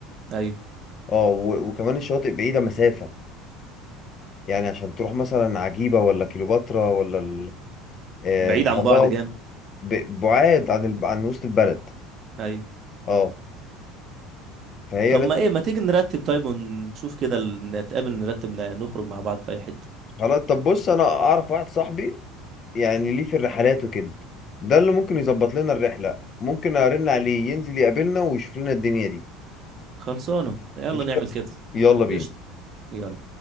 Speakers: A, on the right; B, on the left.
A: ايوه
B: اه و- وكمان الشواطئ بعيده مسافه يعني عشان تروح مثلا عجيبه ولا كيلوباترا ولا ال- آه،
A: بعيد
B: الغرام
A: عن بعض جامد
B: ب- بعاد عن ال... عن وسط البلد
A: ايوه
B: اه فهي
A: طب
B: لازم
A: ما ايه ما تيجي نرتب طيب ونشوف كده ال- نتقابل نرتب ن- نخرج مع بعض في اي حته
B: خلاص طب بص انا اعرف واحد صاحبي يعني ليه في الرحلات وكده ده اللي ممكن يظبط لنا الرحلة ممكن ارن عليه ينزل يقابلنا ويشوف لنا الدنيا دي
A: خلصانه يلا
B: قشطة.
A: نعمل كده
B: يلا بينا
A: قشطه يلا